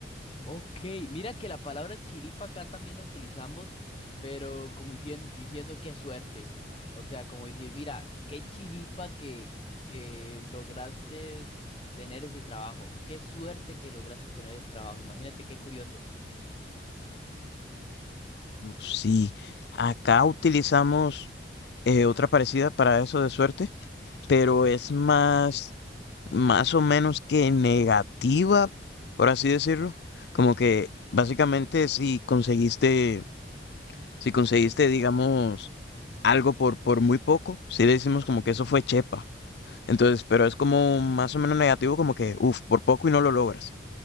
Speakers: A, on the left; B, on the left.
A: Ok, mira que la palabra chiripa acá también la utilizamos, pero como dicien- diciendo qué suerte. O sea, como decir, mira, qué chiripa que, que lograste tener ese trabajo. Qué suerte que lograste tener el trabajo. Imagínate qué curioso.
B: Mm, Sí, acá utilizamos eh, otra parecida para eso de suerte, pero es más... más o menos que negativa, por así decirlo. Como que básicamente si conseguiste, si conseguiste, digamos, algo por, por muy poco, si le decimos como que eso fue chepa. Entonces, pero es como más o menos negativo, como que, uff, por poco y no lo logras.